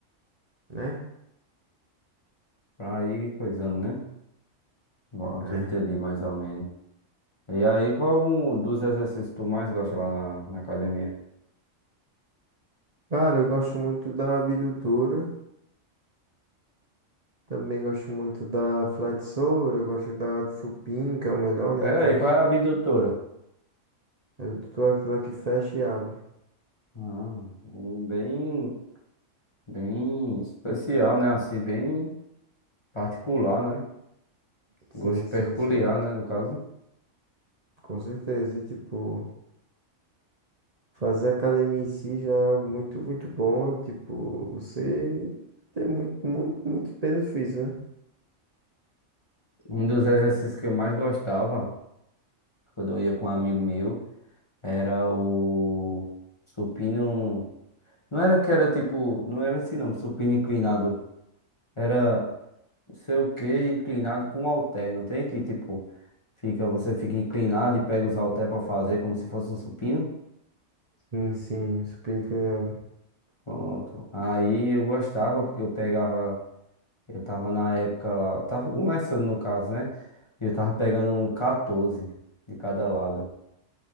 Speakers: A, on the right; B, on the left.
A: né?
B: pra ir coisando, né? Pronto,
A: É.
B: eu entendi mais ou menos. E aí, qual um dos exercícios tu mais gosta lá na, na academia?
A: Cara, eu gosto muito da abdutora. Também gosto muito da flexora, gosto da do supino, que é o melhor, né?
B: Pera
A: Todos.
B: aí, qual é a abdutora?
A: É toda aquela que fecha e abre.
B: Ah, um bem, bem especial, né? Assim, bem particular, né?
A: Sim,
B: Gosto peculiar,
A: sim, sim.
B: né, no caso.
A: Com certeza. E, tipo, fazer academia em si já é algo muito, muito bom. E, tipo, você tem muito, muito, muito benefício, né?
B: Um dos exercícios que eu mais gostava, quando eu ia com um amigo meu, era o supino Não era que era tipo, não era assim não, supino inclinado. Era não sei o que, inclinado com halter, não tem? Que tipo, fica, você fica inclinado e pega os halter pra fazer como se fosse um supino.
A: Sim, sim. Supino inclinado.
B: Pronto. Aí eu gostava, porque eu pegava, eu tava na época lá, tava começando no caso, né? E Eu tava pegando um 14 de cada lado.